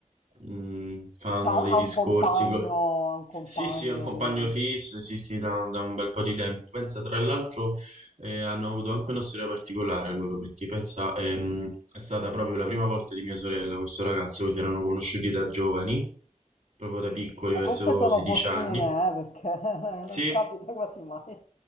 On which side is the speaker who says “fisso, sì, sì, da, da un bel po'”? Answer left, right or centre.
Right